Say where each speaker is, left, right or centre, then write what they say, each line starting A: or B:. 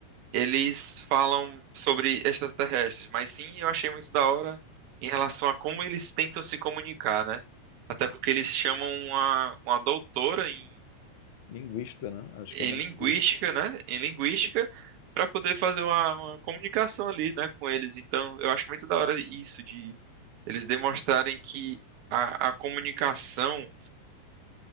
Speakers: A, on the right (about 45°); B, on the left (about 50°).
A: eles falam sobre extraterrestres, mas sim, eu achei muito da hora em relação a como eles tentam se comunicar, né? Até porque eles chamam uma, uma doutora em,
B: Linguista, né? Acho
A: em
B: que é uma
A: linguística,
B: linguista.
A: né? Em linguística, para poder fazer uma, uma comunicação ali, né, com eles. Então, eu acho muito da hora isso de eles demonstrarem que a, a comunicação.